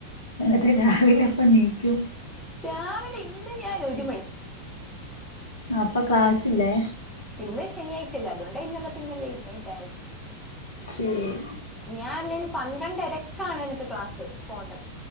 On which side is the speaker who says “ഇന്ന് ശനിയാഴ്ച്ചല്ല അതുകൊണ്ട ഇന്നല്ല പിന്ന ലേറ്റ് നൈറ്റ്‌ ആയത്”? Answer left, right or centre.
Centre